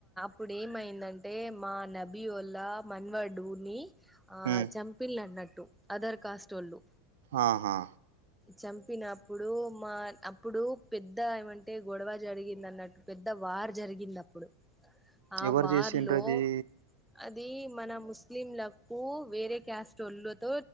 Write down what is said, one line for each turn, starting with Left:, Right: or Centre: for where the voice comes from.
Centre: ఇప్పుడు ఏమైందంటే మా నబీ ఒల్లా మన్వడుూని ఆ
Right: ఉమ్
Centre: చంపిలు అన్నట్టు అదర్ కాస్ట్ోళ్ళు
Right: ఆాహా
Centre: చంపినప్పుడు మా అప్పుడు పెద్ద ఏమంటే గొడవ జరిగింది అన్నట్టు పెద్ద వార్ జరిగింది అప్పుడు ఆ
Right: ఎవరు
Centre: వార్
Right: చేసిండ్రు
Centre: లో
Right: అది
Centre: అ ఇది మన ముస్లింలకు వేరే క్యాస్ట్తో